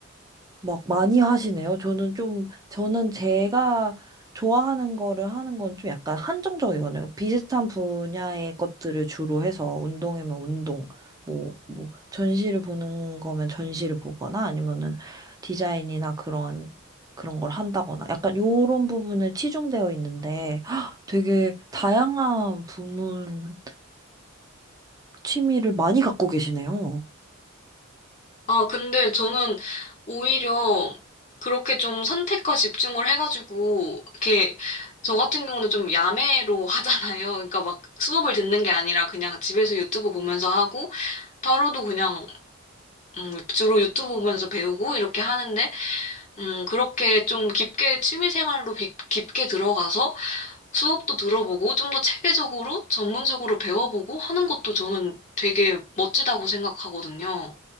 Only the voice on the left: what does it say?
아, 근데 저는 오히려 그렇게 좀 선택과 집중을 해가지고, 이렇게, 저 같은 경우는 좀 야매로 <laughs> 하잖아요. 그러니까 막 수업을 듣는 게 아니라 그냥 집에서 유튜브 보면서 하고, 타로도 그냥, 음, 주로 유튜브 보면서 배우고 이렇게 하는데, 음, 그렇게 좀 깊게 취미 생활로 비- 깊게 들어가서 수업도 들어보고, 좀 더 체계적으로, 전문적으로 배워보고 하는 것도 저는 되게 멋지다고 생각하거든요.